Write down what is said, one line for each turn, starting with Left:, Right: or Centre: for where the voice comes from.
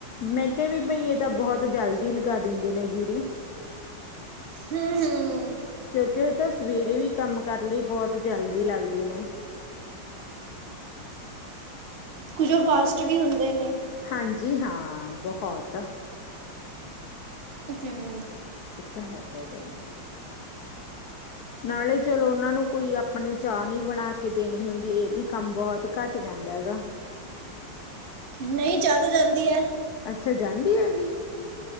Left: ਮੈਂ ਕਿਹਾ ਵੀ ਬਈ, ਇਹ ਤਾਂ ਬਹੁਤ ਜਲਦੀ ਹੀ ਲਗਾ ਦਿੰਦੇ ਨੇ ਜੀਰੀ।
Right: ਹਮ, ਹਮ।
Left: ਕਿਉਂਕਿ ਇਹ ਤਾਂ ਸਵੇਰੇ ਵੀ, ਕੰਮ ਕਰਨ ਲਈ ਬਹੁਤ ਜਲਦੀ ਲੱਗਦੇ ਨੇ।
Right: ਕੁਝੋ ਫਾਸਟ ਵੀ ਹੁੰਦੇ ਨੇ।
Left: ਹਾਂਜੀ ਹਾਂ, ਬਹੁਤ।
Right: ਹਮ।
Left: ਇਹ ਤਾਂ ਹੈਗਾ, ਹੈਗਾ ਹੀ। ਨਾਲੇ ਚਲੋ ਉਹਨਾਂ ਨੂੰ ਕੋਈ ਆਪਣੇ, ਚਾਹ ਨਹੀਂ ਬਣਾ ਕੇ ਦੇਣੀ ਹੁੰਦੀ, ਇਹ ਵੀ ਕੰਮ ਬਹੁਤ ਘੱਟ ਜਾਂਦਾ ਹੈਗਾ।
Right: ਨਹੀਂ, ਚਾਅ ਤੇ ਜਾਂਦੀ ਹੈ।
Left: ਅੱਛਾ, ਜਾਂਦੀ ਹੈਗੀ?